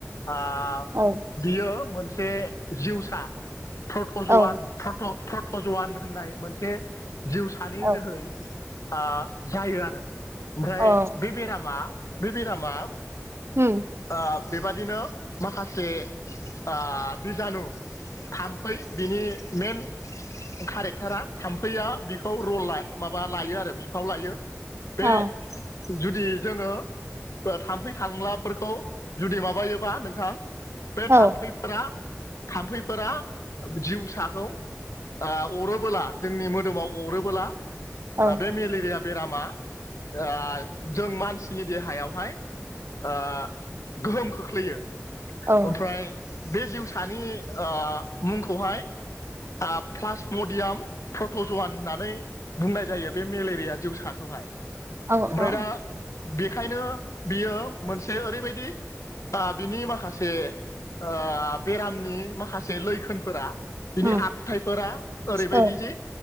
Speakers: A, on the left (about 80°); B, on the right (about 55°).
A: आ
B: औ
A: बेयो मोनसे जिउसा फ्रथजवान
B: औ
A: फ्रथ फ्रथजवान होननाय मोनसे जिउ सानि
B: औ
A: जोहै आ जायो आरो ओमफ्राय
B: औ
A: बे बेरामा बे बेरामा
B: हुम
A: आ बेबादिनो माखासे ओ बिजानु थाम्फै बिनि मेन कारेक्टारा थाम्फैया बेखौ रल माबा लायो आरो बिफाव लायो बे
B: औ
A: जुदि जोङो थाम्फै थांलाफोरखौ जुदि माबायोबा नोंथां बे
B: औ
A: थाम्फै फ्रा थाम्फैफोरा जिउसाखौ आ अरोबोला जोंनि मोदोमाव अरोबोला
B: औ
A: बे मेलेरिया बेरामा आ जों मानसिनि देहायावहाय आ गोहोम खोख्लैयो
B: औ
A: ओमफ्राय बे जिउसानि आ मुंखौहाय आ प्लास मडियाम प्रटज'वान होननानै बुंनाय जायो बे मेलेरिया जिउसाखौहाय।
B: औ
A: ओमफ्राय
B: औ
A: दा बेखायनो बियो मोनसे ओरैबायदि आ बिनि माखासे ओ बेरामनि माखासे लैखोनफोरा बिनि
B: उम
A: आखुथायफोरा ओरैबायदि
B: औ
A: जि